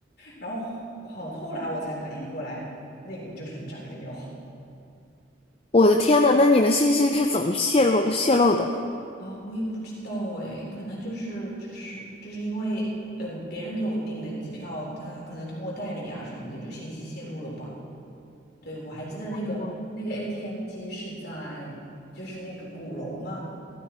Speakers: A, on the left; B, on the left.
A: 然后后很后来我才反应过来，那个就是诈骗电话。
B: 我的天呐，那你的信息是怎么泄露泄露的呢？
A: 啊，我也不知道哎，可能就是就是就是因为，嗯、别人给我订的机票，他可能通过代理啊什么的，就信息泄露了吧。对，我还记得那个那个
B: 哦
A: ATM 机是在就是那个鼓楼吗？